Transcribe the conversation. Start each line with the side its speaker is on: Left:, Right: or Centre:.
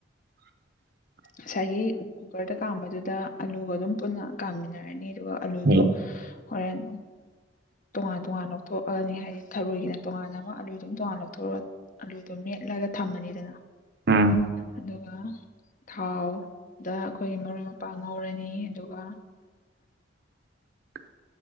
Right: <inaudible>
Left: ꯉꯁꯥꯏꯒꯤ ꯀꯨꯀꯔꯗ ꯀꯥꯝꯕꯗꯨꯗ ꯑꯂꯨꯒ ꯑꯗꯨꯝ ꯄꯨꯟꯅ ꯀꯥꯃꯤꯟꯅꯔꯅꯤ ꯑꯗꯨꯒ ꯑꯂꯨꯗꯣ
Right: ꯎꯝ
Left: ꯍꯣꯔꯦꯟ ꯇꯣꯉꯥꯟ ꯇꯣꯉꯥꯟ ꯂꯧꯊꯣꯛꯑꯅꯤ ꯍꯥꯏꯗꯤ ꯊꯔꯣꯏꯒꯤꯅ ꯇꯣꯉꯥꯟ ꯑꯃ ꯑꯥꯂꯨꯗꯨꯝ ꯇꯣꯉꯥꯟ ꯂꯧꯊꯣꯛꯑꯒ ꯑꯂꯨ ꯑꯗꯨꯣ ꯃꯦꯠꯂꯒ ꯊꯝꯃꯅꯤꯗꯅ
Right: ꯎꯝ
Left: ꯑꯗꯨꯒ ꯊꯥꯎꯗ ꯑꯩꯈꯣꯏꯒꯤ ꯃꯔꯣꯏ ꯃꯄꯥꯡ ꯉꯧꯔꯅꯤ ꯑꯗꯨꯒ
Right: <inaudible>